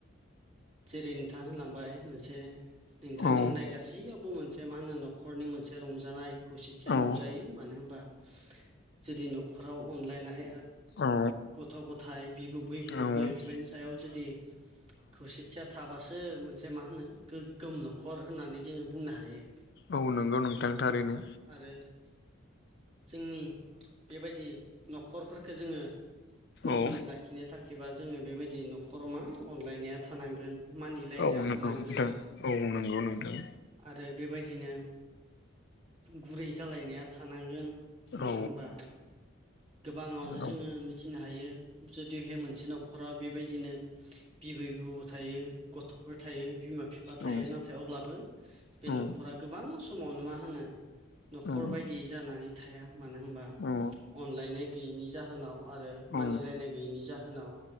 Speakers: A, on the right; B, on the left.
A: जेरै नोंथाङा होनलांबाय मोनसे नोंथांनि
B: औ
A: होननाय गासैयावबो मोनसे मा होनो न'खरनि मोनसे रंजानाय खौसेथिया
B: औ
A: नुजायो मानो होनबा जुदि न'खराव अनलायनाय
B: औ
A: थ' नाथाय बिबौ बैबै
B: औ
A: बिमा बिफानि सायाव जुदि खौसेथिया थाबासो मोन मोनसे मा होनो गोगोम न'खर होननानै जोङो बुंनो हायो
B: औ नंगौ नोंथां थारैनो।
A: आरो जोंनि बेबायदि न'खरफोरफोरखौ जोङो गोगोमै
B: औ
A: लाखिनो थाखैबा जोङो बेबायदि न'खराव मा अनलायनाया थानांगोन मानिलायनाया
B: औ नंगौ
A: थानांगोन
B: नोंथां औ नंगौ नोंथां
A: आरो बेबायदिनो गुरै जालायनाया थानांगोन मानो
B: औ
A: होनबा गोबाङावनो
B: औ नंगौ
A: जोङो मिथिनो हायो जुदिहे मोनसे न'खरा बेबायदिनो बिबै बौ थायो गथ'फोर थायो बिमा बिफा थायो
B: औ
A: नाथाय अब्लाबो बे
B: नंगौ
A: न'खरा गोबां समावनो मा होनो
B: नोंथां
A: न'खर बायदि जानानै थाया मानो होनबा
B: औ
A: अनलायनाय गैयैनि जाहोनाव आरो
B: औ
A: मानिलायनाय गैयैनि जाहोनाव